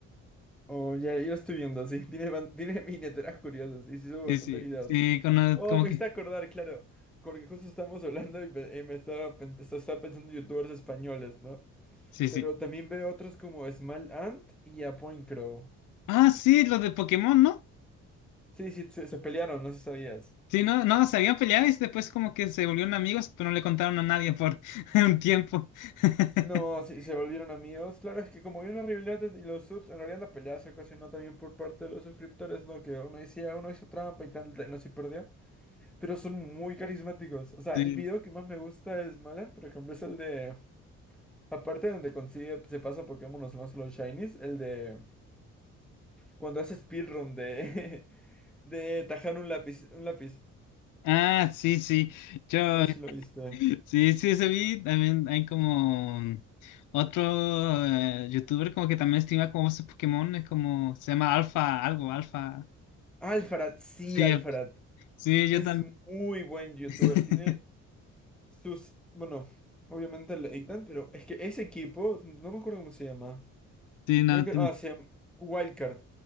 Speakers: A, in the centre; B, on the left.
A: Oh, ya, yo lo estoy viendo, sí. <laughs> Tiene, ban- tiene miniaturas curiosas y sí subo
B: Sí,
A: bastantes
B: sí,
A: videos.
B: sí, cono-
A: Oh,
B: como
A: me
B: que,
A: hice acordar, claro. Porque justo estamos hablando y, pe- y me estaba, pen- esto- estaba pensando en youtubers españoles, ¿no?
B: sí,
A: Pero
B: sí.
A: también veo otros como Small Ant y a Point Crow.
B: Ah, sí, los de Pokémon, ¿no?
A: Sí, sí, se, se pelearon, no sé si sabías.
B: Sí, no, no, se habían peleado y después como que se volvieron amigos, pero no le contaron a nadie por <laughs> un tiempo. <laughs>
A: No, sí, se volvieron amigos. Claro, es que como había una rivalidad y los subs, en realidad la pelea se ocasionó también por parte de los suscriptores, ¿no? Que uno decía, uno hizo trampa y tal, no se perdió. Pero son muy carismáticos. O sea,
B: Sí.
A: el video que más me gusta es Malan, por ejemplo, es el de. Aparte de donde consigue, se pasa Pokémon, no solo Shinies, el de. Cuando hace speedrun de. <laughs> de tajar un lápiz. Un lápiz.
B: Ah, sí, sí. Yo,
A: No sé si lo viste.
B: Sí, sí, ese vi, también hay como otro eh, youtuber como que también streama como esos Pokémon, es como, se llama Alfa, algo, Alfa.
A: Alfarad, sí,
B: Sí,
A: Alfarad.
B: eh, sí, yo
A: Es
B: también.
A: muy buen youtuber.
B: <laughs>
A: Tiene sus. Bueno, obviamente lo editan, pero es que ese equipo, no me acuerdo cómo se llama.
B: Sí, no,
A: Creo que.
B: tin-
A: Ah, se llama Wildcard.